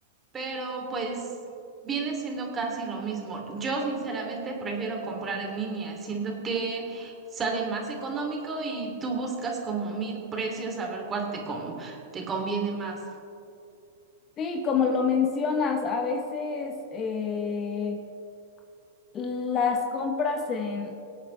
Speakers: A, on the right; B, on the left.
A: pero pues viene siendo casi lo mismo. Yo sinceramente prefiero comprar en línea, siento que sale más económico y tú buscas como mil precios a ver cuál te, con- te conviene más.
B: Sí, como lo mencionas, a veces eh, las compras en,